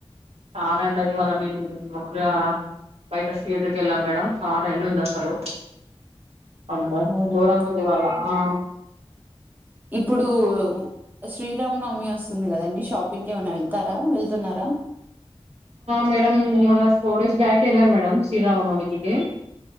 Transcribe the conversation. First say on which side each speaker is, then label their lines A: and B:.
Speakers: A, on the right (about 80°); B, on the right (about 15°).
A: చాలా ఎం అది వాళ్ళ మేము ముగురుగా బయట స్వీడ్లకి వెళ్ళాం మేడం చాలా ఎం ఉంది అసలు అమ్మ
B: అవునా
A: దూరంగా దవాల ఆ
B: ఇప్పుడు శ్రీరామనవమి వస్తుంది కదండి షాపింగ్ కి ఏమైనా వెళ్తారా వెళ్తున్నారా
A: మేడ మన్న స్పొడోస్ డేజ్ బ్యాక్ వెళ మేడ శీరా ఉ న మతికి